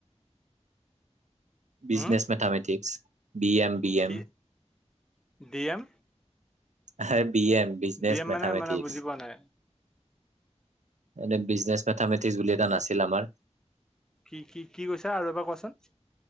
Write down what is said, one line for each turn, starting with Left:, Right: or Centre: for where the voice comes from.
Right: business
Centre: হম
Right: mathematics B M B M
Centre: কি ডি এম
Right: হেব B M business
Centre: D M
Right: মেথামেটিক্স।
Centre: মানে মানে বুজি পোৱা নাই।
Right: এনে বিজনেছ মেথামেটিক্স বুলি এটা নাছিল আমাৰ,
Centre: কি কি কি কৈছা আৰু এবাৰ কোৱাচোন,